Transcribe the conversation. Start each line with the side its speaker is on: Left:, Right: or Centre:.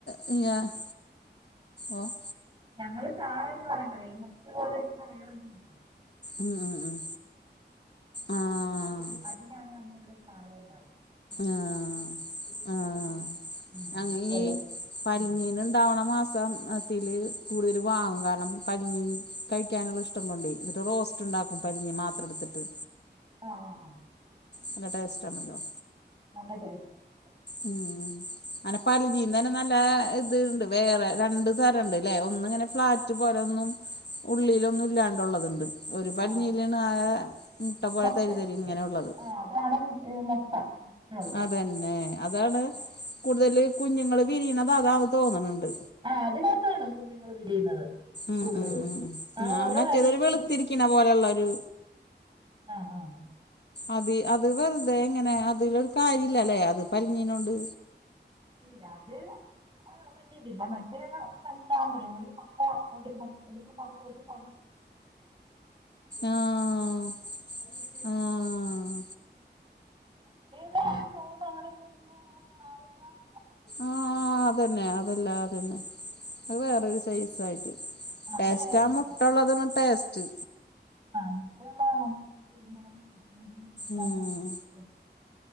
Left: <unintelligible> ഓഹ്
Right: ഞങ്ങള് ചാളെയ്ന്ന് പറയ്ണ്ടലൊ ഈ മത്തി പോലെരിക്ക്ണ വേറൊരു മീ
Left: ഉം ഉം ഉം ആഹ് ആഹ് ആ.
Right: അതിനാണ് നമ്മളിവിടെ സാധ-
Left: ആഹ് ആഹ്.
Right: ഉം
Left: അങ്ങ
Right: ഒരു
Left: ഈ പലഞ്ഞീന
Right: ഉം
Left: ഇണ്ടാവണ മാസം. അത്തില് കൂടുതൽ വാങ്ങും കാരണം പഞ്ഞിൻ കഴിക്കാന്ള്ള ഇഷ്ടം കൊണ്ടെ. ന്നിട്ട് റോസ്റ്റ് ഇണ്ടാക്കും പഞ്ഞി മാത്രം ഇട്ത്തിട്ട്.
Right: ആഹ് ആ.
Left: നല്ല ടേസ്റ്റാണല്ലോ.
Right: <unintelligible>
Left: ഉം <unintelligible> പാലിജി. ഇന്നെ നല്ല ഇത്ണ്ട് വേറെ രണ്ട് തരണ്ട്ല്ലെ ഒന്ന്ങ്ങനെ ഫ്ളാറ്റ് പോലൊന്നും ഉള്ളിയിലൊന്നും ഇല്ലാണ്ടുള്ളതുണ്ട്. ഒരു പഞ്ഞീലാണ്
Right: ആഹ്
Left: ആ മുട്ട പോലെ
Right: മുട്ടയുള്ളത്
Left: തരി തരിങ്ങനെള്ളത്.
Right: <unintelligible> ആഹ്. മുട്ടയുള്ളത്
Left: അതന്നെ അതാണ് കൂടുതല് കുഞ്ഞുങ്ങള് വിരിയ്ണത് അതാണ്‌ തോന്ന്ണ്ണ്ട്.
Right: ആ അതിനകത്താണോ കുഞ്ഞുങ്ങൾ വിരിയുന്നത്?
Left: മ്
Right: കൂടുതലും
Left: മ് മ് ആ
Right: ഓരോ
Left: മറ്റേതൊരു
Right: അരിക്ക്
Left: വെൾത്തിരി ക്ക്ണ പോലെയുള്ളൊരു
Right: ആഹ് ആഹ്.
Left: അത് അത് വെറുതെ എങ്ങനെ അതിലൊരു കാര്യ ഇല്ലലേ അത് പലഞ്ഞീനോണ്ട്.
Right: ഇല്ല അത്. വലിയതില്ല മറ്റേ പല്ലതാമ്പ ഒരു പ ഒരു <unintelligible> എടുക്കുപ്പോ ഒരു പ.
Left: ആഹ് ആഹ്
Right: <unintelligible> <unintelligible>
Left: ആഹ് അതന്നെ അതല്ല അതന്നെ. അത് വേറൊരു സൈസയിട്ട്
Right: ആഹ്
Left: ടേസ്റ്റ്
Right: അത് വേറൊരു
Left: ആ മുട്ടുള്ളത് ടേസ്റ്റ്.
Right: മുട്ടഉളള <unintelligible> കുരുമുളകും ഇഞ്ചിയും
Left: ഉം
Right: <unintelligible>